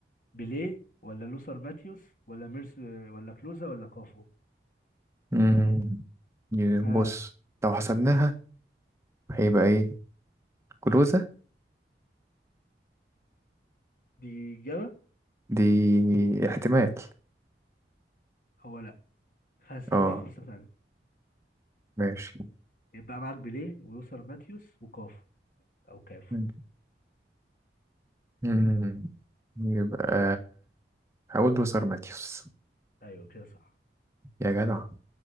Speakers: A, on the left; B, on the right.
A: بيليه ولا لوثر ماتيوس ولا ميرس ولا كلوزا ولا كافو
B: مم. ي- بص
A: ها
B: لو حسبناها هيبقى إيه كلوزة
A: دي اجابه
B: دي احتمال
A: هو لا هديك
B: آه
A: فرصه ثانيه
B: ماشي
A: يبقى معاك بيليه ولوثر ماتيوس وكافو او كافو
B: مم. مم. يبقى هقول له سار ماتيوس
A: ايوه كده صح
B: يا جدع